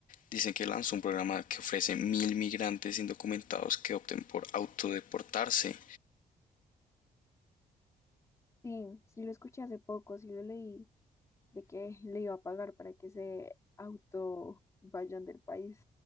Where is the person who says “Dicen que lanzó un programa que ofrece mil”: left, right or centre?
Left